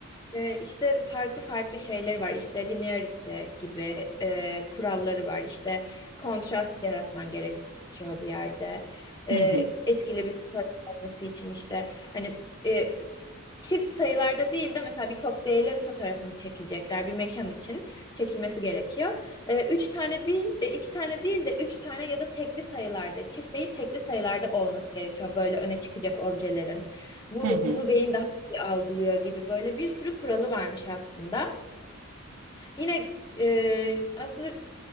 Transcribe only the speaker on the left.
ee, işte farklı farklı şeyler var. İşte linearity gibi e, kuralları var. İşte kontrast yaratman gerekiyor bir yerde. Ee,
etkili bir fotoğraf olması için işte hani e, Çift sayılarda değil de mesela bir kokteylin fotoğrafını çekecekler bir mekan için çekilmesi gerekiyor. Ee, üç tane değil, e, iki tane değil de üç tane ya da tekli sayılarda, çift değil tekli sayılarda olması gerekiyor böyle öne çıkacak objelerin. Bu
bunu beyin daha iyi algılıyor gibi böyle bir sürü kuralı varmış aslında. Yine e, aslında